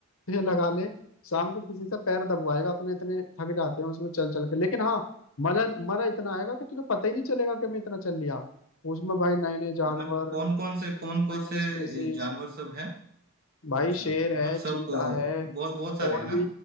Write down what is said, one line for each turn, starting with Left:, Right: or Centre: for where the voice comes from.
Left: तो ये लगा ले शाम को किसी से पैर दबवाएगा अपने इतने थक जाते हैं उसमें चल चल के लेकिन हाँ मजा मजा इतना आएगा कि तुझे पता ही नहीं चलेगा कि मैं इतना चल लिया उसमें भाई नए नए जानवर
Right: मतलब कौन कौन से कौन
Left: नए
Right: कौन
Left: नए
Right: से
Left: स्पेसीज
Right: जानवर सब है
Left: भाई
Right: अच्छा
Left: शेर है
Right: मतलब
Left: चीता
Right: सब अ,
Left: है
Right: बहुत बहुत सारे
Left: और
Right: हैं ना
Left: भी